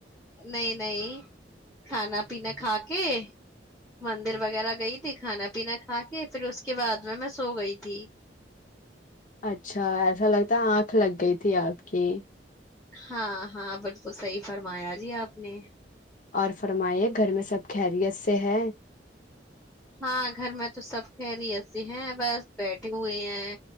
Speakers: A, in the centre; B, on the left.
A: نہیں نہیں کھانا پینا کھا کے مندر وغیرہ گئی تھی کھانا پینا کھا کے پھر اس کے بعد میں میں سو گئی تھی
B: اچھا ایسا لگتا آنکھ لگ گئی تھی آپ کی
A: ہاں ہاں بالکل صحیح فرمایا جی آپ نے
B: اور فرمائیے گھر میں سب خیریت سے ہے
A: ہاں گھر میں تو سب کہہ رہی ایسی ہیں بس بیٹ ہوئے ہیں